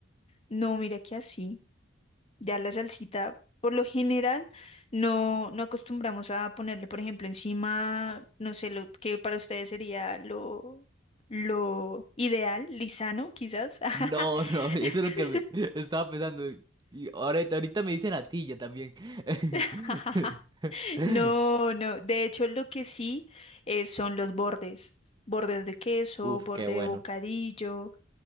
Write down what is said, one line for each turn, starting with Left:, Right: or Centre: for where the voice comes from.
Left: No, mira que así, ya la salsita, por lo general, no, no acostumbramos a ponerle, por ejemplo, encima, no sé, lo que para ustedes sería lo, lo ideal, lisano, quizás. <laughs>
Right: No, no, <laughs> eso es lo que me estaba pensando. Y ahorita, ahorita me dicen yo también. <laughs>
Left: <laughs> No, no, de hecho lo que sí eh, son los bordes, bordes de queso,
Right: Uf,
Left: borde
Right: qué bueno.
Left: de bocadillo.